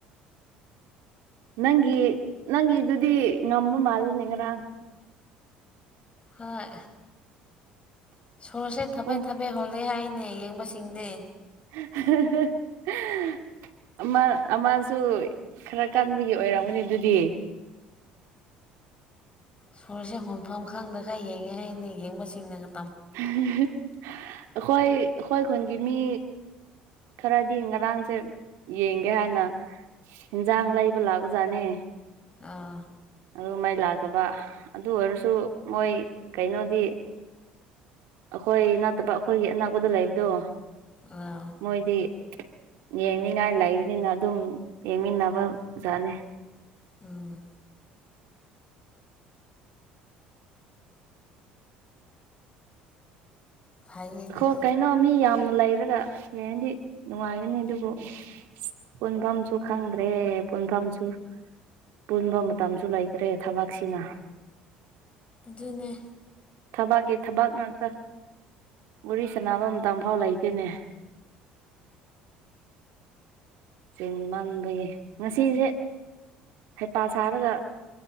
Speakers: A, on the right (about 70°); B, on the left (about 30°).
A: ꯅꯪꯒꯤ ꯅꯪꯒꯤꯗꯨꯗꯤ ꯉꯝꯕ ꯃꯥꯜꯂꯦꯅꯦ ꯉꯔꯥꯡ
B: ꯍꯣꯏ ꯁꯣꯔꯁꯦ ꯊꯕꯦꯠ
A: ꯄꯨꯡ
B: ꯊꯕꯦꯠ ꯍꯣꯜꯂꯦ ꯍꯥꯏꯅꯦ ꯌꯦꯡꯕꯁꯤꯡꯗꯤ꯫
A: <unintelligible> ꯑꯃ ꯑꯃꯁꯨ ꯈꯔ ꯀꯟꯕꯒꯤ ꯑꯣꯏꯔꯝꯒꯅꯤ ꯑꯗꯨꯗꯤ꯫
B: ꯁꯨꯔꯁꯦ ꯍꯣꯟꯐꯝ ꯈꯪꯗꯈꯩ ꯌꯦꯡꯉꯦ ꯍꯥꯏꯅꯤ ꯌꯦꯡꯕꯁꯤꯡꯅꯒ
A: <unintelligible> ꯑꯈꯣꯏ ꯑꯈꯣꯏ ꯈꯨꯟꯒꯤ ꯃꯤ ꯈꯔꯗꯤ ꯉꯔꯥꯡꯁꯦ ꯌꯦꯡꯒꯦ ꯍꯥꯏꯅ ꯍꯦꯟꯖꯥꯡ ꯂꯩꯕ ꯂꯥꯛꯄꯖꯥꯅꯦ꯫
B: ꯑꯥ꯫
A: ꯑꯗꯨꯒ ꯃꯩ ꯂꯥꯛꯇꯕ ꯑꯗꯨ ꯑꯣꯏꯔꯁꯨ ꯃꯣꯏ ꯀꯩꯅꯣꯗꯤ ꯑꯩꯈꯣꯏ ꯅꯠꯇꯕ ꯑꯩꯈꯣꯏꯒꯤ ꯑꯅꯥꯛꯄꯗ ꯂꯩꯕꯗꯨ꯫
B: ꯑꯥ꯫
A: ꯃꯣꯏꯗꯤ ꯌꯦꯡꯅꯤꯡꯉꯥꯏ ꯂꯩꯕꯅꯤꯅ ꯑꯗꯨꯝ ꯌꯦꯡꯃꯤꯟꯅꯕ ꯖꯥꯠꯅꯤ꯫
B: ꯑꯥ꯫ ꯐꯩꯌꯦꯅꯦ
A: ꯍꯣꯏ ꯀꯩꯅꯣ ꯃꯤ ꯌꯥꯝꯅ ꯂꯩꯔꯒ ꯌꯦꯡꯗꯤ ꯅꯨꯡꯉꯥꯏꯒꯅꯤ ꯑꯗꯨꯕꯨ ꯄꯨꯟꯐꯝꯁꯨ ꯈꯪꯗ꯭ꯔꯦ ꯄꯨꯟꯐꯝꯁꯨ ꯄꯨꯟꯕ ꯃꯇꯝꯁꯨ ꯂꯩꯇ꯭ꯔꯦ ꯊꯕꯛꯁꯤꯅ꯫
B: ꯑꯗꯨꯅꯦ꯫
A: ꯊꯕꯥꯥꯛꯀꯤ ꯊꯕꯛ ꯉꯥꯛꯇ꯫ ꯋꯔꯤ ꯁꯅꯕ ꯃꯇꯝꯐꯥꯎ ꯂꯩꯇꯦꯅꯦ꯫ ꯆꯦꯡꯃꯟꯕꯒꯤ ꯉꯁꯤꯁꯦ ꯍꯩꯄꯥ ꯁꯥꯔꯒ